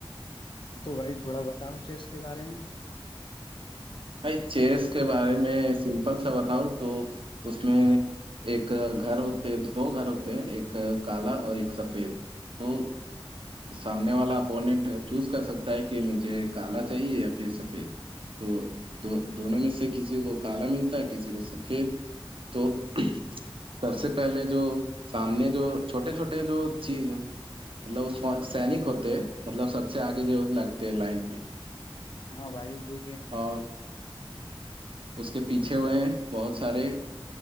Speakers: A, on the left; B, on the right.
A: हाँ तो भाई थोड़ा बताओ चेस के बारे में
B: भाई चेस के बारे में सिंपल सा बताऊं तो उसमें एक घर होते दो घर होते हैं एक काला और एक सफेद तो सामने वाला अपोनेंट चूज कर सकता है कि मुझे काला चाहिए या फिर सफेद तो दो दोनों में से किसी को काला मिलता है किसी को सफेद तो <clears throat> सबसे पहले जो सामने जो छोटे छोटे जो चीज मतलब उस सैनिक होते हैं मतलब सबसे आगे जो लगते हैं लाइन पे
A: हाँ भाई देखे हैं मैंने
B: और
A: थोड़े
B: उसके पीछे हुए हैं बहुत सारे